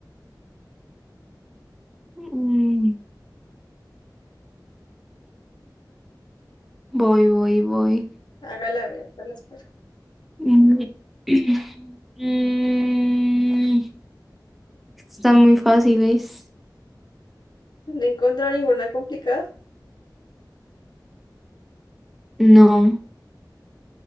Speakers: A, in the centre; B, on the left.
A: Mm, voy, voy, voy.
B: Hágala ver, hágala, pues.
A: Mm. <clears throat> Mm, están muy fáciles.
B: No encuentro ninguna complicada.
A: No.